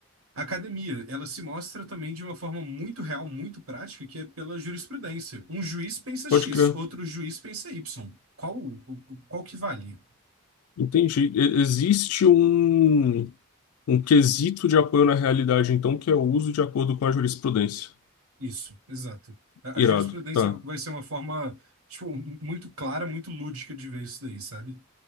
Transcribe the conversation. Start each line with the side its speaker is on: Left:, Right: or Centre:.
Right: à academia, ela se mostra também de uma forma muito real, muito prática, que é pela jurisprudência. Um juiz pensa
Left: Pode
Right: X,
Left: crer.
Right: outro juiz pensa Y. Qual, o- o- qual que vale?
Left: Entendi. E- Existe um. Um quesito de apoio na realidade, então, que é o uso de acordo com a jurisprudência.
Right: Isso, exato. A,
Left: Irado,
Right: a jurisprudência
Left: tá.
Right: vai ser uma forma, tipo, muito clara, muito lúdica de ver isso daí, sabe?